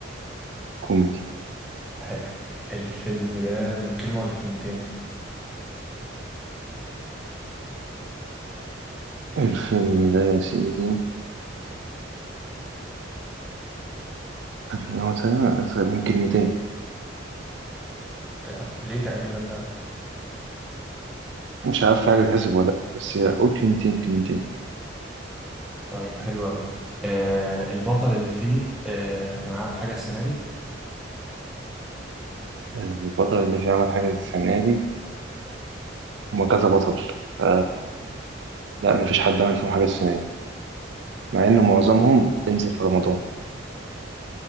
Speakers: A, on the right; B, in the centre.
A: كوميدي
B: حلو الفيلم ده من كلمة ولا كلمتين
A: الفيلم ده يا سيدي هو تقريبا من كلمتين
B: تق- ليه تقريبا بقى
A: مش عارف في حاجة تحسب ولا لأ بس أقول كلمتين كلمتين
B: طيب حلو أوي آه البطل اللي فيه آه كان عامل حاجة السنة دي
A: البطل اللي فيه عمل حاجة السنة دي هما كذا بطل ف... لا مفيش حد عمل فيهم حاجة السنة دي مع إنه معظمهم بينزل في رمضان